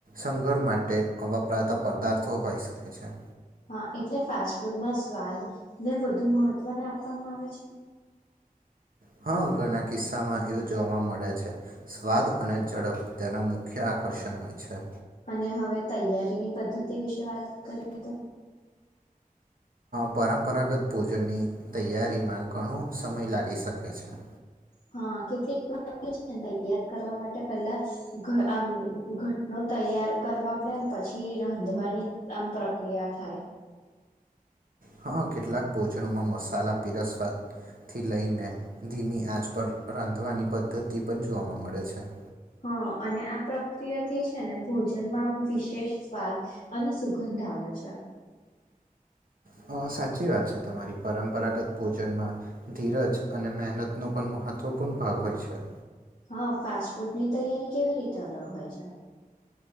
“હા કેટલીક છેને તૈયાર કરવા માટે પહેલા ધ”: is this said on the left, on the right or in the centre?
Left